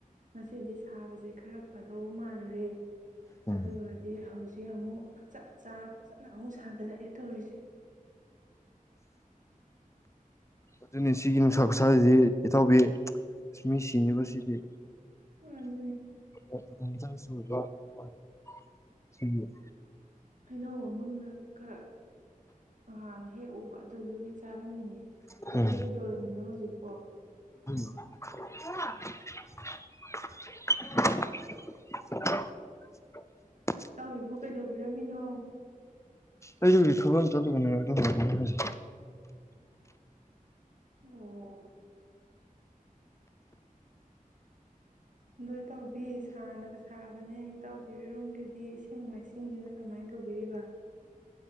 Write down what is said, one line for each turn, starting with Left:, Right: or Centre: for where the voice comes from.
Right: ꯉꯁꯤꯗꯤ ꯁꯥꯕꯖꯦ ꯈꯔ ꯐꯗꯧ ꯃꯥꯜꯂꯨꯔꯦ
Left: ꯎꯝ
Right: ꯑꯗꯨꯒꯗꯤ ꯍꯧꯖꯤꯛ ꯁꯤ ꯑꯃꯨꯛ ꯆꯞ ꯆꯥꯅ ꯐꯖꯅ ꯑꯃꯨꯛ ꯁꯥꯒꯠꯂꯛꯑꯦ ꯇꯧꯔꯤꯁꯦ
Left: ꯑꯗꯨꯅꯤ ꯁꯤꯒꯤ ꯅꯨꯡꯁꯥ ꯈꯨꯁꯥꯁꯤꯗꯤ ꯏꯇꯥꯎꯕꯤ ꯃꯤ ꯁꯤꯅꯦꯕꯨꯁꯤꯗꯤ
Right: ꯎꯝ
Left: <unintelligible> ꯁꯤꯒꯤ
Right: ꯍꯩꯅꯧ ꯑꯃꯨꯟꯕ ꯈꯔ ꯅꯍꯥꯟ ꯍꯦꯛ ꯎꯕ ꯑꯗꯨꯗꯨꯒꯤ ꯆꯥꯔꯝꯃꯤꯅꯦ
Left: ꯎꯝ
Right: ꯅꯪ ꯀꯩꯗꯧꯔꯝꯃꯤꯅꯣ ꯍꯧꯖꯤꯛꯄꯣ
Left: <inaudible>
Right: ꯇꯥꯎꯕꯤꯕꯨ ꯀꯩꯗꯧꯕꯤꯔꯝꯃꯤꯅꯣ
Left: ꯑꯩꯖꯨ ꯍꯧꯖꯤꯛ ꯊꯕꯛ ꯑꯃ ꯆꯠꯂꯨꯕꯅꯦ ꯑꯗꯨ
Right: ꯑꯣ ꯑꯗꯣ ꯏꯇꯥꯎꯕꯤ ꯁꯥꯅꯒ ꯁꯥꯕꯅꯦ ꯏꯇꯥꯎꯕꯤ ꯍꯣꯏꯔꯣꯝꯒꯤꯗꯤ ꯏꯁꯤꯡ ꯃꯥꯏꯁꯤꯡꯖꯤꯅ ꯀꯃꯥꯏꯅ ꯇꯧꯕꯤꯔꯤꯕ